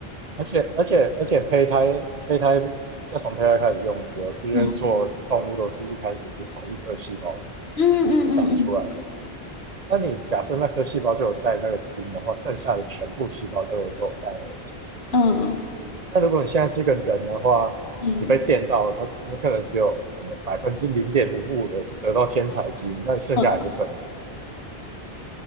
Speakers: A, on the right; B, on the left.
A: 而且而且而且胚胎胚胎要从胚胎开始用的时候，是因为所有动物都是一开始是从一颗细胞
B: 嗯嗯嗯嗯嗯
A: 长出来的嘛。那你假设那颗细胞就有带那个基因的话，剩下的全部细胞都会都有带那个基因。
B: 嗯，
A: 那如果你现在是一个人的话，
B: 嗯
A: 你被电到了，他你可能只有什么百分之零点零五的得到天才基因，那你剩下还是笨的。
B: 嗯，